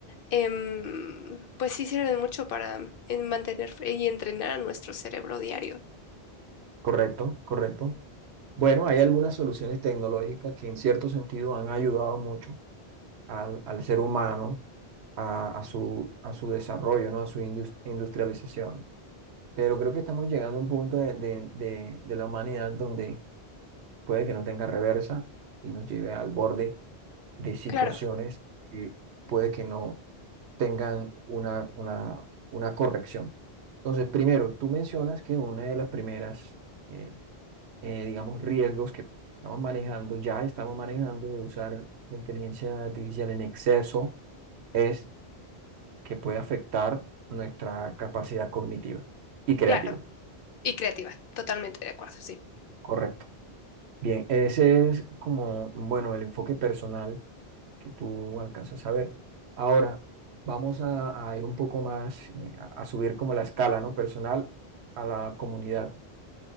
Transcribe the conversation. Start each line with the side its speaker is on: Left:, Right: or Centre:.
Left: em, pues sí sirven mucho para eh, mantener y entrenar a nuestro cerebro diario.
Right: Correcto, correcto. Bueno, hay
Left: Sí.
Right: algunas soluciones tecnológicas que en cierto sentido han ayudado mucho al, al ser humano, a, a su, a su desarrollo, ¿no? A su indus- industrialización. Pero creo que estamos llegando a un punto de, de- de- de la humanidad donde puede que no tenga reversa y nos lleve al borde de situaciones
Left: Claro.
Right: que puede que no tengan una, una, una corrección. Entonces, primero, tú mencionas que una de las primeras, eh, eh, digamos, riesgos que estamos manejando, ya estamos manejando de usar la inteligencia artificial en exceso, es que puede afectar nuestra capacidad cognitiva y creativa.
Left: Claro, y creativa, totalmente de acuerdo, sí.
Right: Correcto. Bien, ese es como, bueno, el enfoque personal que tú alcanzas a ver. Ahora, vamos a, a ir un poco más, eh, a, a subir como la escala, ¿no? Personal a la comunidad.